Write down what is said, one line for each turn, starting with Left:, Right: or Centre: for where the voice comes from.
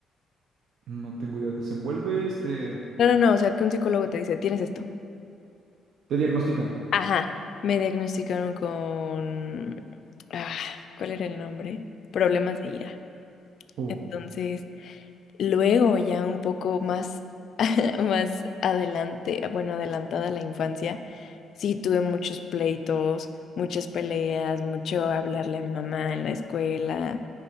Right: no tengo idea. desenvuelve este
Left: No, no, no, o sea, que un psicólogo te dice, tienes esto.
Right: te diagnostican.
Left: Ajá, me diagnosticaron con... ah, ¿cuál era el nombre? Problemas de ira.
Right: Uh,
Left: Entonces, luego ya un poco más, <laughs> más adelante, bueno, adelantada la infancia, sí tuve muchos pleitos, muchas peleas, mucho hablarle a mi mamá en la escuela